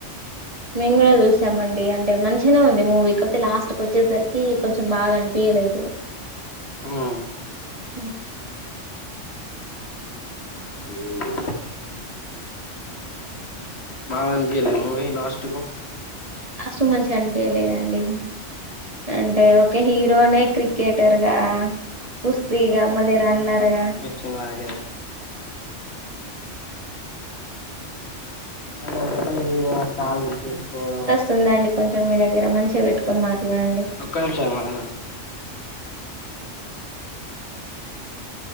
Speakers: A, on the right (about 30°); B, on the left (about 60°).
A: మేము కూడా చూసామండి అంటే మంచిగానే ఉంది మూవీ కపోతే లాస్ట్ కొచ్చేసరికి కొంచెం బాగా అనిపయలేదు.
B: ఆహా
A: చీను
B: గివెబలా బాగ్ అనపిలే మూవీ లాస్ట్ కు
A: అసలు మంచిగా అనిపయలేదండి అంటే ఒక హీ లోనే క్రికెటర్గా కుస్తీగా మళ్ళీ రున్నర్గా.
B: చీమగే దాకంటే హీరో ఆ కాలుకి ఇచేసుకోవడం
A: తుందండి కొంచెం మీ దగ్గర మంచిగా పెట్టుకొని మాట్లాడండి.
B: ఒక్క నిమిషం లైన్ ఉన్